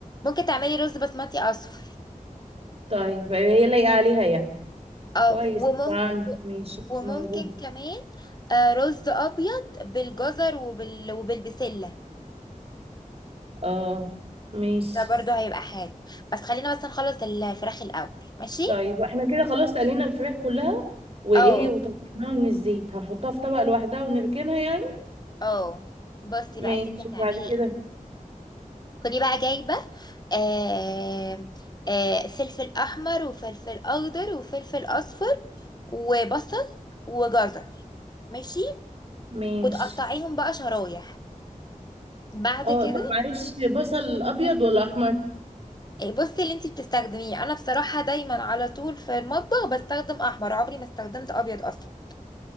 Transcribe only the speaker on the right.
طيب هي لايقه عليها يعني
كويس
وعندي ماشي
موجود
اه ماشي
طيب احنا كده خلاص قلينا الفراخ كلها وايه
وطلعناها من الزيت هنحطها في طبق لوحدها ونركنها يعني
ماشي
وبعد
كده
ماشي
اه
طب معلش بصل ابيض ولا احمر